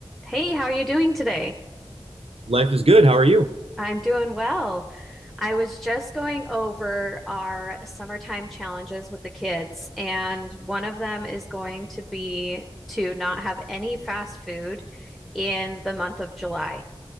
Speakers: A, in the centre; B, on the right.
A: Hey, how are you doing today?
B: Life is good. How are you?
A: I'm doing well. I was just going over our summertime challenges with the kids, and one of them is going to be to not have any fast food in the month of July.